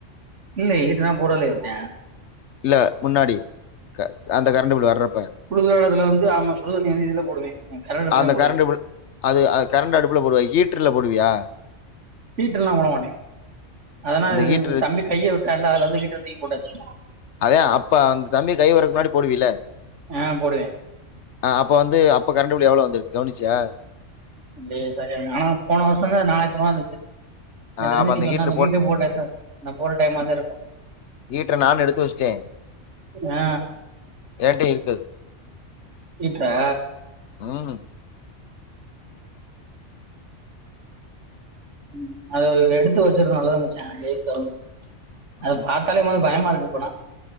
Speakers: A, on the right (about 75°); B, on the left (about 70°).
A: இல்ல ஹீட்ருலா போடலையே மச்சா
B: இல்ல முன்னாடி க அந்த கரண்டு பில் வர்றப்ப
A: குளுர் காலத்துல வந்து ஆமா சுடு தண்ணி வந்து இதுல போடுவே கரண்ட் அடுப்புல
B: அந்த
A: தா போடுவே
B: கரண்ட் பில் அது ஆ கரண்ட் அடுப்புல போடுவே ஹீட்டர்ல போடுவியா
A: ஹீட்ருல்லா போட மாட்டே அதனா
B: அந்த ஹீட்டரு
A: இது தம்பி கைய விட்டான்ல அதுலருந்து ஹீட்டர் தூக்கி போட்டாச்சு
B: அதே அப்ப அந்த தம்பி கை விட்றக்கு முன்னாடி போடுவில்ல
A: ஆ போடுவே
B: ஆ அப்போ வந்து அப்போ கரண்ட் பில் எவ்ளோ வந்துரு கவனிச்சியா
A: இல்லயே சரியா ஆனா போன வருஷோ நாலாயிரத்தைனூறுவா வந்துச்சு எனக்
B: ஆ
A: தெரிஞ்சி
B: அப்ப
A: நீ சொன்ன
B: ஹீட்டர்
A: அந்த
B: போட்
A: ஹீட்ரு போட்டாதா நா போற டைமாதா இருக்கு
B: ஹீட்ரு நானு எடுத்து வஸ்ட்டே
A: ஆ
B: ஏன்ட்டயு இருக்கு
A: ஹீட்றா
B: ம்
A: ம் அது எடுத்து வச்சது நல்லதா மச்சா அந்த ஹீட்டரு அத
B: ஆமா
A: பாத் தாலே மொத பயமா இருக்கு இப்போலா